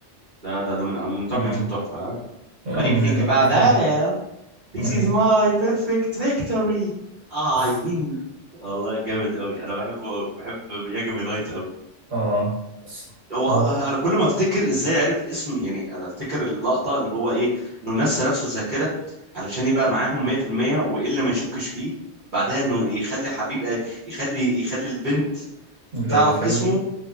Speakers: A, on the right (about 45°); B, on the right (about 80°).
A: ده ده ده من من تحفة
B: مم.
A: التحفة ها
B: هو
A: What do
B: من
A: you think about
B: الحاجات
A: that Al? This
B: ملح
A: is my perfect victory I
B: <laughs>
A: win والله جامد قوي انا بحبه قوي بحب ياجامي لايت قوي
B: اه بس
A: هو
B: هو
A: انا كل ما افتكر ازاي عرف اسم يعني انا افتكر اللقطة اللي هو ايه انه نسى نفسه الذاكرة علشان يبقى معاهم 100% وايه اللي ما يشكش فيه بعدها انه يخلي حبيب يخلي يخلي البنت
B: اللي
A: تعرف
B: بتحبه
A: اسمه